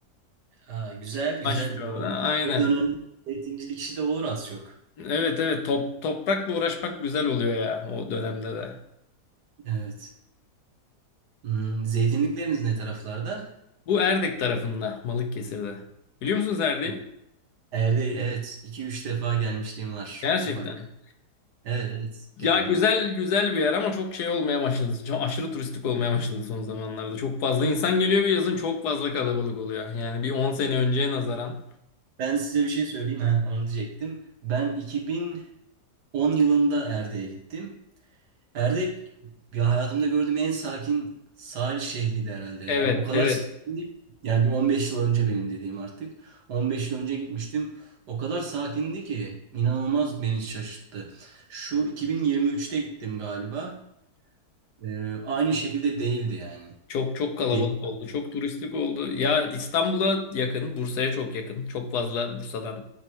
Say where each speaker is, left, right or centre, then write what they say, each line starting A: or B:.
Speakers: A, on the right; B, on the left.
A: Aa, güzel güzel.
B: başlıyor
A: O,
B: da. Aynen.
A: o dönemde zeytincilik işi de olur az çok.
B: Evet evet top, toprakla uğraşmak güzel oluyor ya o dönemde de.
A: Evet. Hmm, zeytinlikleriniz ne taraflarda?
B: Bu Erdek tarafında Balıkesir'de. Biliyor musunuz Erdek'i?
A: O- Erdek evet. 2 üç defa gelmişliğim var
B: Gerçekten.
A: ufak. Evet evet geldim.
B: Ya güzel güzel bir yer ama çok şey olmaya başladı. Çok aşırı turistik olmaya başladı son zamanlarda. Çok fazla insan geliyor bir yazın çok fazla kalabalık oluyor. Yani bir 10 sene önceye nazaran.
A: Ben size bir şey söyleyeyim ha onu diyecektim. Ben 2010 yılında Erdek'e gittim. Erdek ya hayatımda gördüğüm en sakin sahil şehriydi herhalde ya.
B: Evet
A: O kadar
B: evet
A: sakindi. Yani bir 15 yıl önce benim dediğim artık. 15 yıl önce gitmiştim. O kadar sakindi ki inanılmaz beni şaşırttı. Şu 2023'te gittim galiba. Ee, aynı şekilde değildi yani.
B: Çok çok kalabalık
A: Değil.
B: oldu. Çok turistik oldu. Ya İstanbul'a yakın, Bursa'ya çok yakın. Çok fazla Bursa'dan